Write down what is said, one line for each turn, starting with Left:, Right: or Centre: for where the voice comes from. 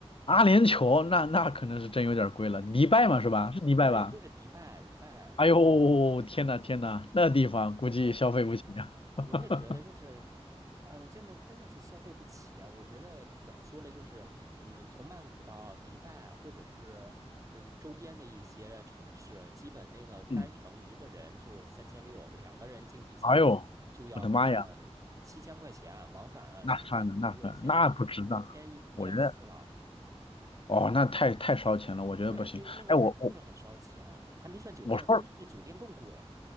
Left: 阿联酋那那可能是真有点贵了，迪拜嘛是吧？
Right: 对，
Left: 是迪拜吧？
Right: 对，就是迪拜，迪拜，
Left: 哎呦，天呐天呐，那地方估计消费不起呀、
Right: 我
Left: <laughs>
Right: 我也觉得就是，呃，真的真的是消费不起啊！我觉得怎么说呢，就是，嗯，从曼谷到迪拜，或者是嗯周边的一些城市，基本那个单程一个人就三千六，
Left: 嗯，
Right: 两个人经济舱就要干七千块钱啊，
Left: 哎呦，我的妈呀，
Right: 往返啊啥也没出，
Left: 那算了那算了，
Right: 先
Left: 那不值当，
Right: 先一万四了。
Left: 我觉得哦那太太烧钱了，我觉得不行。
Right: 对，这那个地儿就是很烧钱啊，
Left: 哎我我
Right: 还没算酒店，
Left: 我说
Right: 关键是酒店更贵。